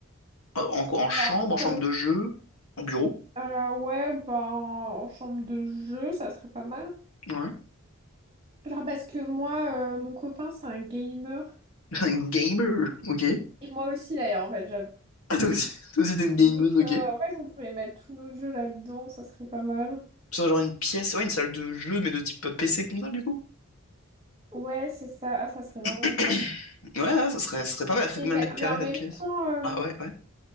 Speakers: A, on the left (about 75°); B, on the right (about 25°).
A: En, en quoi? En chambre,
B: Genre,
A: en
B: comme,
A: chambre de jeu, en bureau?
B: euh, ouais, bah, en chambre de jeu, ça serait pas mal.
A: Ouais.
B: Genre, parce que moi, euh, mon copain, c'est un gamer.
A: <laughs> Un gamer, ok. <laughs>
B: Et moi aussi, d'ailleurs, en fait, j'avoue.
A: Ah, toi aussi, toi aussi t'es une gameuse,
B: Donc,
A: ok.
B: euh, en fait, on pourrait mettre tous nos jeux là-dedans, ça serait pas mal.
A: Ça, genre une pièce, ouais, une salle de jeu, mais de type PC console, du coup.
B: Ouais, c'est ça. Ah, ça serait vraiment
A: <clears throat>
B: bien.
A: Ouais, ouais, ça serait, ça serait pas mal. Elle ferait
B: Et
A: combien
B: mais,
A: de mètres carrés,
B: mais en
A: cette
B: même
A: pièce?
B: temps, euh,
A: Ah ouais, ouais.